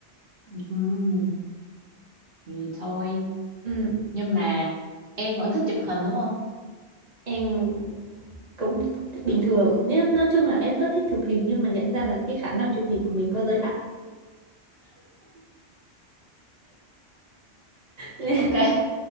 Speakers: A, on the right; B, on the right.
A: Ừ. thì thôi
B: ừ.
A: nhưng mà em vẫn thích chụp hình đúng không
B: em cũng bình thường nên nói chung là em rất thích chụp hình nhưng mà nhận ra là cái khả năng chụp hình của mình có giới hạn <laughs>
A: ok